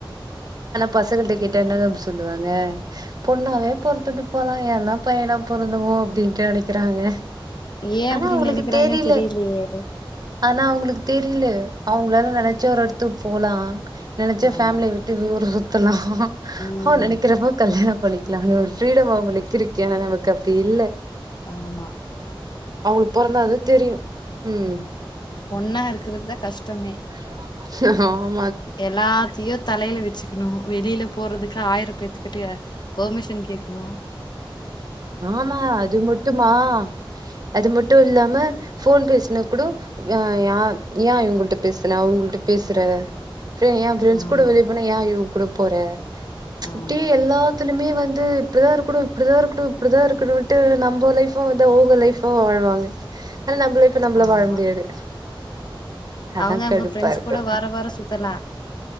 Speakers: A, on the right (about 45°); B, on the left (about 55°).
A: பசங்ககிட்ட என்ன தெர்ம் சொல்லுவாங்க பொண்ணாவே பொறுத்துட்டு போலா ஏனா பையனா பொறந்தமோ அப்டின்ட்டு நெனைக்கிறாங்க
B: ஏ
A: ஆனா
B: அப்டி
A: அவங்களுக்கு
B: நெனைக்கிறாங்கன்
A: தெரில
B: தெரிலையே
A: ஆனா அவங்களுக்கு தெரில அவங்களால நெனைச்சா ஒரு எடத்துக்கு போலா நெனைச்சா
B: ஆமா
A: ஃபேமிலிய விட் டு ஊரு சுத்தலா
B: ம்
A: அவ நெனைக்கிறப்ப கல்யாணோ பண்ணிக்கலானு ஒரு ஃப்ரீடம் அவங்களுக் இருக்கு ஆனா நமக்கு அப்டி இல்ல
B: ஆமா
A: அவங்களுக் பொறந்தாதா தெரியு ம்
B: பொண்ணா இருக்குறதா கஷ்டமே
A: ஆ
B: எல்லாத்தியு தலையில வச்சுக்கணு வெளியில போறதுக்கு ஆயிரம் பேத்துக்கிட்ட பர்மிஷன் கேக்கணு
A: ஆமா அது மட்டுமா அது மட்டு இல்லாம போன் பேசினா கூடோ வ இயா ஏ இவங்கள்ட பேசுன அவங்கள்ட பேசுற எ பிரரெண்ட்ஸ்
B: ஆமா
A: கூட வெளிய போனா ஏ இவ் கூட போற
B: ஆமா
A: அப்டியே எல்லா திலுமே வந்து இப்டிதா இருக்கனு இப்டிதா இருக்கனு இப்டிதா இருக்கணுன்ட்டு நம்ம லைஃபு வந்து அவங்க லைஃபா வாழ்வாங்க ஆனா நம்ம லைப் இப்ப நம்மள
B: ஆமா
A: வாழ முடியாது அதா
B: அவங்க அவங்க
A: கடுப்பா
B: ஃப்ரெண்ட்ஸ்
A: இருக்கு
B: கூட வாரோ வாரோ சுத்தலா